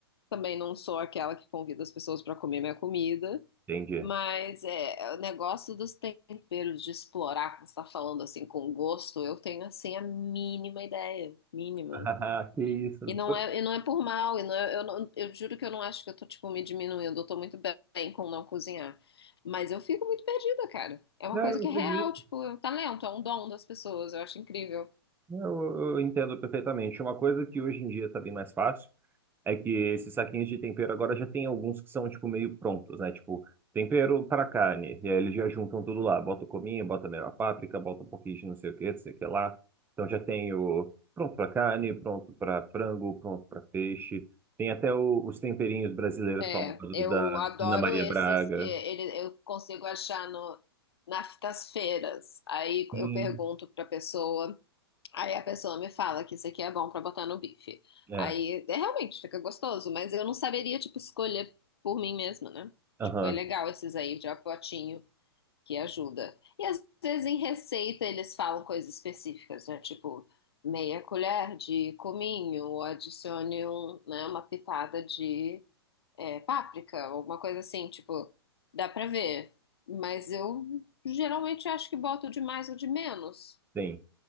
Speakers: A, on the left; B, on the right.
A: Também não sou aquela que convida as pessoas para comer minha comida.
B: entendi.
A: Mas é, é, o negócio dos temperos, de explorar, como você está falando assim, com gosto, eu tenho assim a mínima ideia, mínima.
B: <laughs> Que isso.
A: E não é, e não é por mal, e não é- eu, não- eu juro que eu não acho que eu tô tipo me diminuindo, eu tô muito bem com não cozinhar. Mas eu fico muito perdida, cara. É uma
B: Não,
A: coisa
B: eu não
A: que
B: acredito.
A: é real, tipo, é um talento, é um dom das pessoas, eu acho incrível.
B: Eu, eu entendo perfeitamente. Uma coisa que hoje em dia tá bem mais fácil é que esses saquinhos de tempero agora já tem alguns que são, tipo, meio prontos, né? Tipo, tempero para carne. E aí eles já juntam tudo lá. Bota o cominho, bota meio a páprica, bota um pouquinho de não sei o que, não sei o que lá. Então já tem o pronto para carne, pronto para frango, pronto para peixe. Tem até o- os temperinhos brasileiros
A: É,
B: famosos
A: eu
B: da
A: adoro
B: Ana Maria
A: esses
B: Braga.
A: que ele, eu consigo achar no, nas nas feiras. Aí
B: Sim,
A: eu pergunto pra pessoa. Aí a pessoa me fala que isso aqui é bom pra botar no bife.
B: é.
A: Aí é, realmente fica gostoso, mas eu não saberia, tipo, escolher por mim mesma, né?
B: Aham.
A: Tipo, é legal esses aí de apotinho que ajuda. E às vezes em receita eles falam coisas específicas, né? Tipo, meia colher de cominho, ou adicione um, né, uma pitada de é, páprica, alguma coisa assim, tipo, dá pra ver. Mas eu geralmente acho que boto de mais ou de menos.
B: Sim,